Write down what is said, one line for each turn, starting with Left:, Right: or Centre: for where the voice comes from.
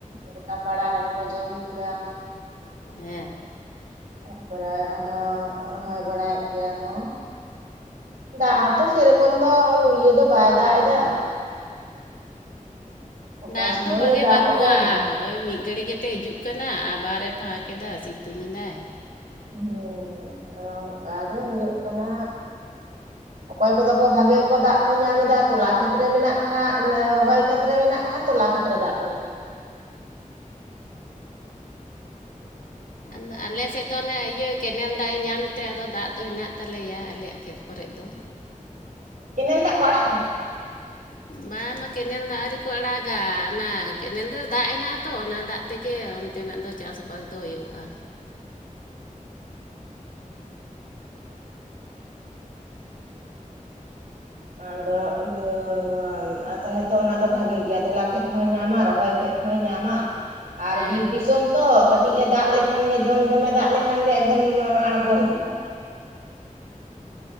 Right: ᱜᱚᱴᱟ ᱯᱟᱲᱟ ᱨᱮᱱ ᱠᱚ ᱡᱚᱢ ᱠᱮᱫᱟ᱾
Left: ᱦᱮᱸ᱾
Right: ᱛᱟᱯᱚᱨᱮ ᱟᱫᱚ ᱨᱚᱦᱚᱭ ᱵᱟᱲᱟᱭᱮᱫ ᱜᱮᱭᱟ ᱠᱚ᱾ ᱫᱟᱜ ᱦᱚᱸ ᱛᱚ ᱥᱮᱨᱚᱠᱚᱢ ᱫᱚ ᱤᱭᱟᱹ ᱫᱚ ᱵᱟᱭ ᱫᱟᱜ ᱮᱫᱟ᱾ ᱚᱠᱟ
Left: ᱫᱟᱜ
Right: ᱥᱚᱢᱚᱭᱮ
Left: ᱫᱚ ᱵᱷᱟᱜᱮ
Right: ᱫᱟᱜ
Left: ᱵᱟᱹᱱᱩᱜᱼᱟ᱾
Right: ᱮᱫᱟ
Left: ᱦᱳᱭ ᱢᱤᱫ ᱜᱷᱟᱹᱲᱤᱡ ᱠᱟᱛᱮ ᱦᱤᱡᱩᱜ ᱠᱟᱱᱟ ᱟᱵᱟᱨᱮ ᱯᱷᱟᱸᱠ ᱮᱫᱟ ᱥᱤᱛᱩᱝ ᱮᱫᱟᱭ᱾
Right: ᱦᱩᱻ ᱚᱱᱠᱟ ᱜᱮ ᱦᱩᱭᱩᱜ ᱠᱟᱱᱟ᱾ ᱚᱠᱚᱭ ᱠᱚᱫᱚ ᱠᱚ ᱵᱷᱟᱜᱮ ᱠᱚ ᱫᱟᱜ ᱠᱚ ᱧᱟᱢ ᱮᱫᱟ ᱛᱚᱞᱟ ᱠᱷᱮᱛ ᱨᱮ ᱢᱮᱱᱟᱜ ᱠᱷᱟᱱ ᱨᱚᱦᱚᱭ ᱠᱷᱮᱛ ᱨᱮ ᱢᱮᱱᱟᱜ ᱵᱟᱠᱷᱟᱱ ᱛᱚᱞᱟ ᱠᱷᱮᱛ ᱨᱮ ᱫᱟᱜ ᱵᱟᱹᱱᱩᱜᱼᱟ᱾
Left: ᱟᱫᱚ ᱟᱞᱮᱥᱮᱫ ᱫᱚ ᱚᱱᱮ ᱤᱭᱟᱹ ᱠᱮᱱᱮᱞ ᱫᱟᱜ-ᱮ ᱧᱟᱢ ᱛᱮ ᱟᱫᱚ ᱫᱟᱜ ᱫᱚ ᱦᱮᱱᱟᱜ ᱛᱟᱞᱮᱭᱟ ᱟᱞᱮᱭᱟᱜ ᱠᱷᱮᱛ ᱠᱚᱨᱮᱫ ᱫᱚ᱾
Right: ᱠᱮᱱᱮᱞ ᱫᱟᱜ ᱠᱚ ᱟᱲᱟᱜ ᱟᱠᱟᱫᱟ?
Left: ᱵᱟᱝ ᱢᱟ ᱠᱮᱱᱮᱞ ᱫᱟᱜ ᱟᱹᱣᱨᱤ ᱠᱚ ᱟᱲᱟᱜᱟ ᱚᱱᱟ ᱠᱮᱱᱮᱞ ᱨᱮᱫᱚ ᱫᱟᱜ ᱦᱮᱱᱟᱜᱼᱟ ᱛᱚ ᱚᱱᱟ ᱫᱟᱜ ᱛᱮᱜᱮ ᱚᱱᱛᱮᱱᱟᱜ ᱫᱚ ᱪᱟᱥ ᱵᱟᱥ ᱫᱚ ᱦᱩᱭᱩᱜᱼᱟ᱾
Right: ᱟᱫᱚ ᱤᱭᱟᱹ ᱱᱚᱣᱟ ᱟᱫᱚ ᱛᱟᱦᱞᱮ ᱛᱚ ᱚᱱᱟ ᱫᱚ ᱵᱷᱟᱜᱮ ᱜᱮᱭᱟ ᱛᱚᱞᱟ ᱠᱷᱮᱛ ᱦᱚᱸᱭ ᱧᱟᱢᱟ ᱨᱚᱦᱚᱭ ᱠᱷᱮᱛ ᱦᱚᱸᱭ ᱧᱟᱢᱟ ᱟᱨ
Left: ᱦᱮᱸ
Right: ᱵᱤᱨ ᱫᱤᱥᱚᱢ ᱛᱚ ᱠᱟᱹᱴᱤᱡ ᱮ ᱫᱟᱜ ᱞᱮᱠ ᱠᱷᱟᱱ ᱜᱮ ᱡᱷᱚᱢ ᱡᱷᱚᱢᱮ ᱫᱟᱜ ᱞᱮᱠᱷᱟᱱ ᱜᱮ ᱮᱠᱫᱚᱢ ᱟᱬᱜᱚ ᱦᱤᱡᱩᱜᱼᱟ᱾